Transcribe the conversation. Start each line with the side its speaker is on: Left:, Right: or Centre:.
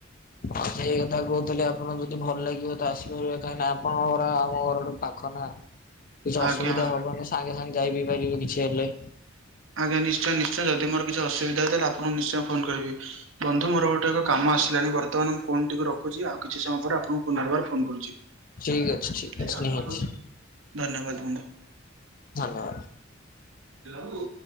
Left: ହଁ ସେଇ କଥା କହୁଥିଲେ ଆପଣଙ୍କୁ ଯଦି ଭଲ ଲାଗିବ ତ ଆସିପାରିବା କାହିଁକି ନା ଆପଣଙ୍କ ଆମ ଘରଠୁ ପାଖ ନା?
Right: <unintelligible>
Left: କିଛି ଅସୁବିଧା
Right: ଆଜ୍ଞା
Left: ହବନି ସାଙ୍ଗେ ସାଙ୍ଗେ ଯାଇ ବିି ପାରିବେ କିଛି ହେଲେ।
Right: ଆଜ୍ଞା ନିଶ୍ଚୟ ନିଶ୍ଚୟ ଯଦି ମୋ କିଛି ଅସୁବିଧା ହେଲେ ଆପଣ ନିଶ୍ଚୟ ଫୋନ୍ କରିବି ବନ୍ଧୁ ମୋର ଗୋଟେ ଏବେ କାମ ଆସିଲାଣି ବର୍ତ୍ତମାନ ମୁଁ ଫୋନ ଟିକୁ ରଖୁଛି ଆଉ କିଛି ସମୟ ଆପଣଙ୍କୁ ପୁନର୍ବାର ଫୋନ କରୁଛି
Left: ଠିକ୍ ଅଛି ଠିକ୍
Right: ଧନ୍ୟବାଦ
Left: ଅଛି ନିହାତି
Right: ବନ୍ଧୁ।
Left: ଧନ୍ୟବାଦ।
Right: ହ୍ୟାଲୋ।